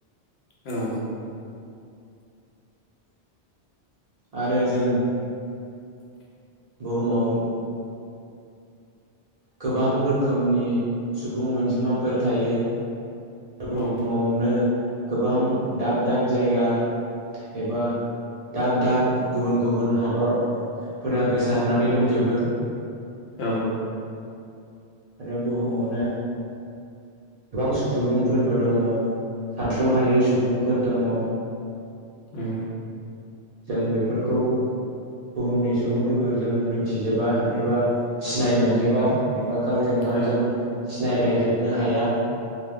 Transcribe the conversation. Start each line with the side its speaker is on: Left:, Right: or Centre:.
Left: औ
Right: आरो जों - बुहुमाव गोबां रोखोमनि सुबुं अनजिमाफोर थायो
Left: औ
Right: बुहुमावनो गोबां दाब - दाब जायगा एबा दाब - दाब गुबुन - गुबुन हादरफोरा गोसारनानै दंजोबो
Left: औ
Right: आरो बुहुमावनो गोबां सुबुंफोरबो दम हानथु थ्रहायै सुबुंफोर दङ
Left: ओम
Right: जों बेफोरखौ बुहुमनि सुबुंफोरखौ जों मोनथिजोबा एबा सिनाय मोनजोबा एबा गावजों गाव
Left: औ
Right: जों सिनायलायजोबनो हाया